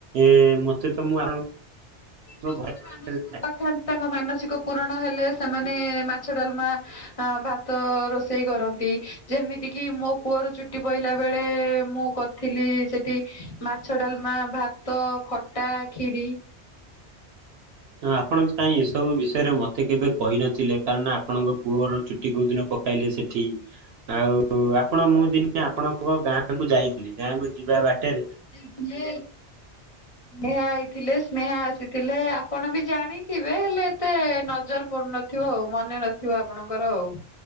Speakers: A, on the right (about 65°); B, on the left (about 35°).
A: ଏ ମତେ ତ ମୁଁ ଆପଣ। ଆପଣ
B: ଯୋଉମାନେ ମାନସିକ କରିଥାନ୍ତି ତାଙ୍କ ମାନସିକ ପୁରଣ ହେଲେ ସେମାନେ ମାଛ ଡାଲମା ହାଁ ଭାତ ରୋଷେଇ କରନ୍ତି ଯେମିତି କିି ମୋ ପୁଅର ଚୁଟି ପଇଲା ବେଳେ ମୁଁ କର -- ଥିଲି ସେଠି ମାଛ ଡାଲମା ଭାତ ଖଟା ଖିରି।
A: ଆପଣ ତ କାଇଁ ଏସବୁ ବିଷୟରେ ମତେ କେବେ କହିନଥିଲେ କାରଣ ଆପଣଙ୍କ ପୁଅର ଚୁଟି କୋଉ ଦିନ ପକ -- ପାଇଲେ ସେଠି ଆଉ ଆପଣ ମୁ ଦିନେ ଆପଣଙ୍କ ପୁଅ ଗାଁ କୁ ଯାଇଥିଲି ଗାଁକୁ ଯିବା ବାଟେରେ
B: ଇଏ। ନେହା ଆଇଥିଲେ ସ୍ନେହା ଆସିଥିଲେ ଆପଣ ବି ଜାଣିଥିବେ ହେଲେ ଏତେ ନଜର ପଡୁନ। ଥିବ ଆଉ ମନେ ନଥିବ ଆପଣଙ୍କର ଆଉ।